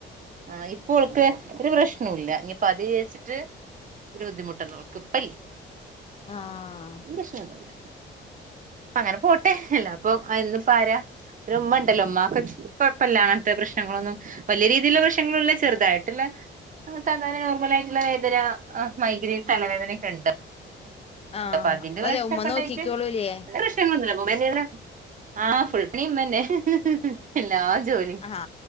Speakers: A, on the right (about 40°); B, on the left (about 30°).
A: ആ ഇപ്പോക്ക് ഒരു പ്രശ്നവും ഇല്ല ഇനിപ്പ അത് വിചരിച്ചിട്ട് ഒരു ബുദ്ധിമുട്ടന്നോൾക്ക് ഇപ്പല്ല
B: ആഹ്
A: ഇപ്പൊ പ്രശ്‌നൊന്നുല്ല അങ്ങനെ പോട്ടെ അല്ലാപ്പൊ എന്നും പ്പാര പിന്നെ മ്മ ഉണ്ടല്ലോ ഉമ്മാക്കെ കുഴപ്പല്ല അങ്ങനത്തെ പ്രശ്നങ്ങളൊന്നും വല്യ രീതിയിലുള്ള പ്രശ്നങ്ങളല്ല ചെറുതായിട്ട്ള്ള സാധാരണ നോർമലായിട്ടുള്ള വേദന മൈഗ്രൈൻ തലവേദനെക്ക്ണ്ട്
B: ആഹ്
A: അപ്പൊതിന്റെ
B: ഓലെ
A: പ്രശ്നംക്കെ
B: ഉമ്മ
A: ണ്ടായിട്ട്
B: നോക്കിക്കോളൂലേ
A: പ്രനങ്ങളൊന്നുല്ല മ്മന്നേണ് ആ ഫുൾ പണിമ്മന്നെ ഹ് ഹ് ഹ് എല്ലാ ജോല്യും
B: ആഹ്